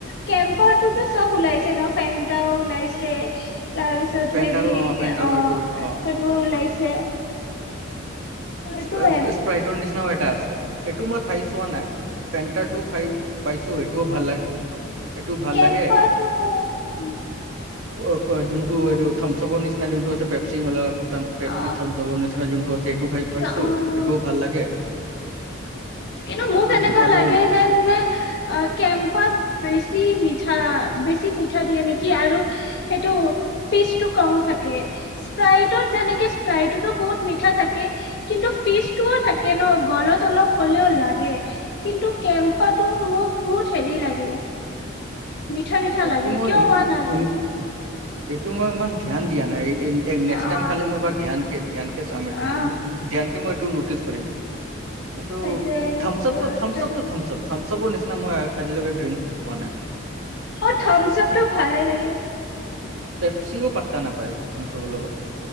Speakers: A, on the left; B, on the right.
A: কেম্পাৰটোতো চব ওলাইছে ন ফেনটাও ওলাইছে তাৰপিছত
B: ফেণ্টাৰো
A: হেৰি অ
B: ফেণ্টাৰো এইটো অ
A: সেইবোৰ ওলাইছে। সেইটোয়ে
B: স্প্ৰাই স্প্ৰাইটৰ নিচিনা এটা আছে এইটো মই খাইছো। কোৱা নাই ফেনটাটো খাই পাইছো এইটোও ভাল লাগে এইটো ভাল
A: কেম্পাটো
B: লাগে
A: উ
B: অ যোনটো থম্পছআপৰ নিচনা যোনটো আছে পেপ্ছি ম পেপছি
A: অ
B: থাম্পছআপ জবৰ নিচিনা যোনটো আছে এইটো খাই
A: কি
B: পাইছো।
A: অ
B: সেইটোও ভাল লাগে।
A: কিন্তু মোক
B: আৰু
A: এনেকুৱা
B: আৰু
A: লাগে যেন যে কেম্পাত বেছ বেছি মিঠা বেছি মিঠা দিয়ে নেকি! আৰু সেইটো ফিজ টো কম থাকে৷ স্প্ৰাইটত যেনেকে স্প্ৰাইতটো বহুত মিঠা থাকে কিন্তু ফিচ টোও থাকে ন- ল তোলোক <inaudible> হ'লেও লাগে কিন্তু কেম্পাটো মোক বহুত হেৰি লাগে ৷ মিঠা-মিঠা
B: এইটো
A: লাগে
B: মই
A: কিয়
B: ইম-
A: বা নাজানো
B: ইম-
A: ৷
B: এইটো মই ইমান ধ্যান দিয়া নাইক্স
A: অ
B: টাইম খাল মই এইবাৰ ধ্যান চাবি
A: অ
B: ধ্যান কে মই এই নটিচ <unintelligible> কিন্তু
A: সেইটোয়ে
B: থামচআপ-থামচআপ থামচ থামচআপৰ নিচিনা মই আজিলৈকে ড্ৰিংক পোৱা নাই ৷
A: অ থামচ আপটো ভালে লাগে ৷
B: পেপচিও পাত্তা নাপায় থমচপৰ লগত।